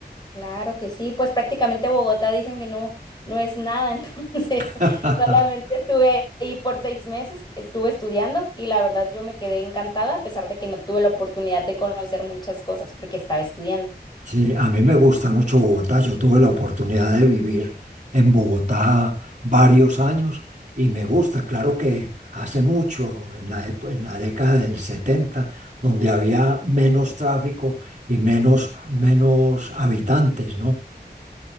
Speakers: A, on the left; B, on the right.
A: Claro que sí, pues prácticamente Bogotá dicen que no, no es nada, <laughs> entonces
B: <laughs>
A: solamente estuve ahí por seis meses, estuve estudiando y la verdad yo me quedé encantada a pesar de que no tuve la oportunidad de conocer muchas cosas porque estaba estudiando.
B: Sí, a mí me gusta mucho Bogotá. Yo tuve la oportunidad de vivir en Bogotá varios años y me gusta. Claro que hace mucho, en la, epo- en la década del 70, donde había menos tráfico y menos, menos habitantes, ¿no?